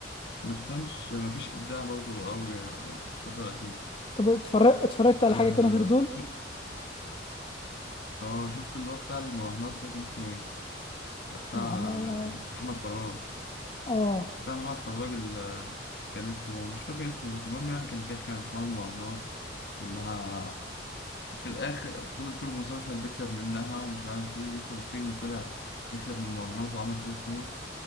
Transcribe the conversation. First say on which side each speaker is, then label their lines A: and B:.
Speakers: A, on the left (about 60°); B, on the left (about 30°).
A: ما تفهمش ما فيش ابداع برضو قوي آه، الفتره الاخيره
B: طب اتفرجت اتفرجت
A: اه
B: على حاجه تانية غير دول
A: شو- آه، شفت اللي هو بتاع المراهنات ده كان اسمه ايه بتاع
B: رهانات
A: محمد فراج
B: اه
A: سامع واحد فراج ال- كان اسمه مش فاكر اسمه بس المهم يعني كان بيحكي عن حوار المراهنات وإنها في الآخر فضل طول المسلسل بيكسب منها ومش عارف إيه يدخل السجن وطلع يكسب من المراهنات وعمل فلوس موت